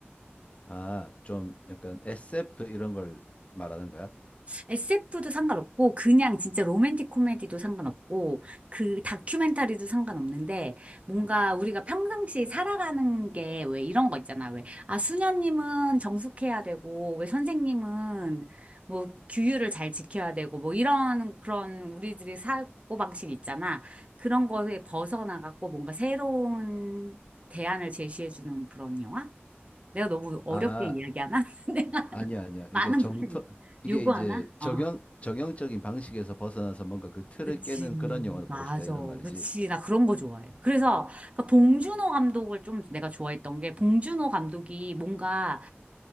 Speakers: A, on the left (about 30°); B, on the right (about 30°).
A: 아, 좀 약간 SF 이런 걸 말하는 거야?
B: SF도 상관없고, 그냥 진짜 로맨틱 코미디도 상관없고, 그 다큐멘터리도 상관없는데, 뭔가 우리가 평상시 살아가는 게 왜 이런 거 있잖아. 왜, 아, 수녀님은 정숙해야 되고, 왜 선생님은 뭐 규율을 잘 지켜야 되고, 뭐 이런 그런 우리들이 사고 방식 있잖아. 그런 거에 벗어나갖고 뭔가 새로운 대안을 제시해주는 그런 영화? 내가 너무 어렵게
A: 아,
B: 이야기하나? <laughs> 내가
A: 아니야, 아니야.
B: 많은
A: 이게 정터,
B: 걸
A: 이게
B: 요구하나?
A: 이제
B: 어.
A: 정형, 정형적인 방식에서 벗어나서 뭔가 그 틀을
B: 그치,
A: 깨는 그런 영화를
B: 맞아.
A: 보고 싶다 이런 말이지.
B: 그치, 나 그런 거 좋아해. 그래서,
A: 어.
B: 그 봉준호 감독을 좀 내가 좋아했던 게, 봉준호 감독이 뭔가